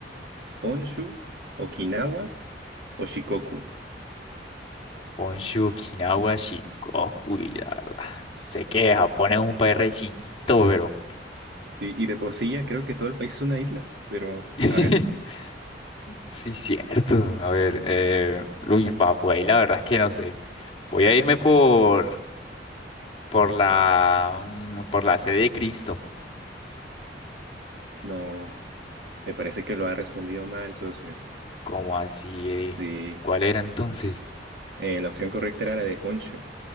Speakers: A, on the right (about 65°); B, on the left (about 30°).
A: ¿Honshu, Okinawa o Shikoku?
B: Honshu, Okinawa, Shikoku. Uy, la verdad. Sé que Japón es un país re chiquito, pero.
A: Sí, y de por sí ya creo que todo el país es una isla, pero
B: <laughs>
A: a ver,
B: Sí, cierto. A ver, eh, uy, va, pues ahí la verdad es que no sé. Voy a irme por, por la, mm, por la sede de Cristo.
A: no, me parece que lo ha respondido mal, socio.
B: como así? eh?
A: Sí,
B: ¿Cuál era entonces?
A: eh, la opción correcta era la de Honshu.